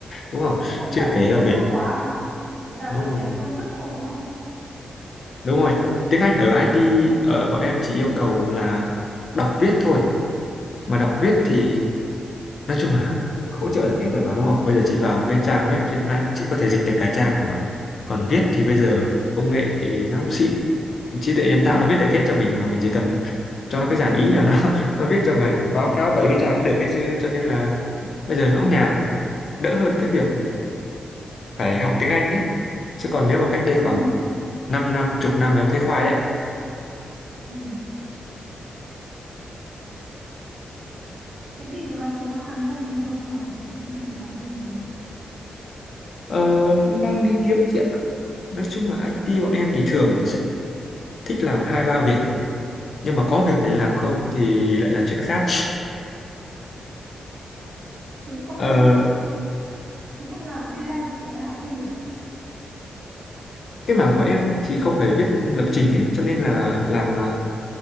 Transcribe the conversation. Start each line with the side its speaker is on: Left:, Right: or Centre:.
Left: đúng không?
Right: không
Left: Chưa
Right: cần
Left: kể
Right: phải sâu
Left: là mình
Right: sắc quá nghĩa là
Left: đúng
Right: nó
Left: rồi
Right: chỉ là công thức thôi đúng không
Left: Đúng rồi, tiếng Anh ở IT ở bọn em chỉ yêu cầu là đọc viết thôi. Mà đọc viết
Right: ừ.
Left: thì nói chung là hỗ trợ được hết rồi mà đúng không? Bây giờ chị vào một cái trang web trên mạng chị có thể dịch được cả trang rồi. Còn viết thì bây giờ công nghệ nó cũng xịn, trí tuệ nhân tạo nó viết được hết cho mình mà mình chỉ cần cho nó cái dàn ý là nó <laughs> nó viết cho mình báo cáo 70 trang cũng được cái chứ cho nên là bây giờ nó cũng nhàn, đỡ hơn cái việc phải học tiếng Anh nhé Chứ còn nếu mà cách đây khoảng
Right: Ừ.
Left: 5 năm, chục năm là em thấy khoai đấy.
Right: Ừ. Thế thì dạo này chú có làm thêm gì không ngoài việc ở công ty có làm thêm gì không?
Left: Ờ, cũng đang đi kiếm chị ạ nói chung là IT bọn em thì thường sẽ thích làm hai ba việc nhưng mà có việc để làm không thì lại là chuyện khác
Right: Chú không
Left: Ờ,
Right: ờ, Chú không làm freelance về IT à?
Left: cái mảng của em thì không phải viết lập trình ấy cho nên là làm mà